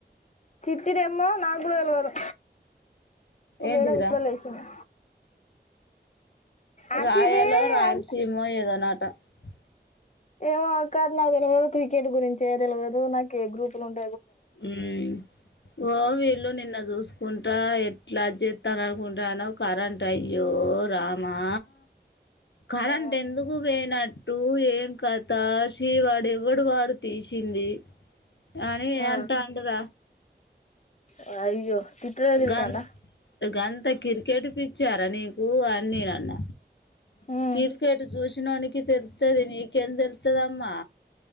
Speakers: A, on the left; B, on the left.
A: చిట్టిదేమో నాకు కూడా తెల్వదు ఈ
B: ఏంటిదిరా
A: మేడం ఇప్పుడే లేసింది ఆర్సీబీ
B: రాయలో రాయలసీమ
A: అంటే
B: ఏదోనటా <unintelligible>
A: ఏమో అక్క నాకు తెలియదు, క్రికెట్ గురించే తెల్వదు నాకు ఏ గ్రూపులు ఉంట
B: ఉమ్ ఓ వీళ్ళు నిన్న చూసుకుంట ఎట్లా చేస్తాను అనుకుంటున్నానో కరెంట్ అయ్యో రామా, కరెంట్
A: ఆ
B: ఎందుకు పోయినట్టు ఏం కథ శ్రీవాడు ఎవడు వాడు తీసింది కాని
A: ఆ
B: అ తాండ్ర
A: వ అయ్యో తిట్టుడే తిడతాండా
B: గన్ గన్ంత క్రికెట్ ప <inaudible> ఇ చ్చారా నీకు, అని నేనన్న
A: ఉమ్
B: కి ర్ కేట్ చూసిన నోనికితెలుతది నీకేం తెలుతదమ్మా